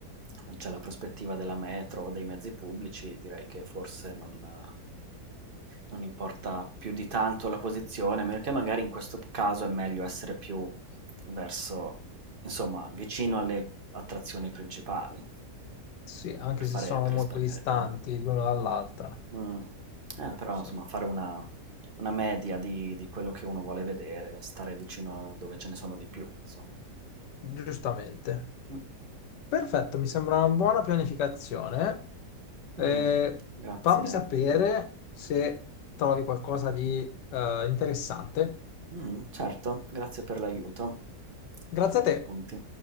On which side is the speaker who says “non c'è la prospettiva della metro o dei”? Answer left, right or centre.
Right